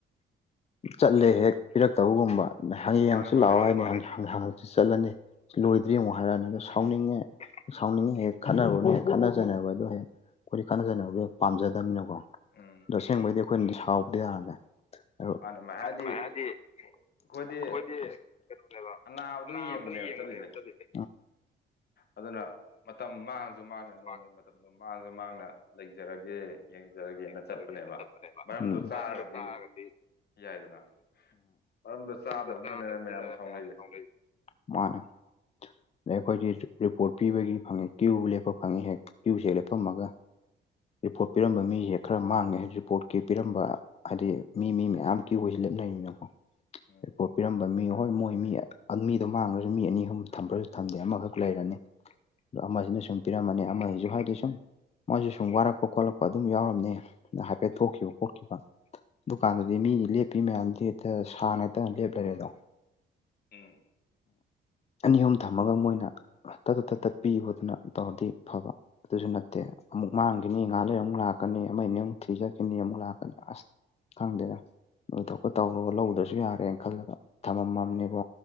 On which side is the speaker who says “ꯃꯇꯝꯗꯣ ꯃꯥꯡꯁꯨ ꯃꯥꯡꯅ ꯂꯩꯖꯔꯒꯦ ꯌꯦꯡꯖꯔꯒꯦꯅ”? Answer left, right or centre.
Left